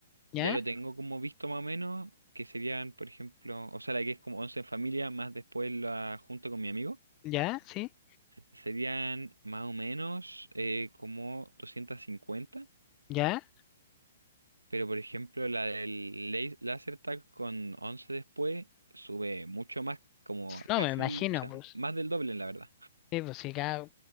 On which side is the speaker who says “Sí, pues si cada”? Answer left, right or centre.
Left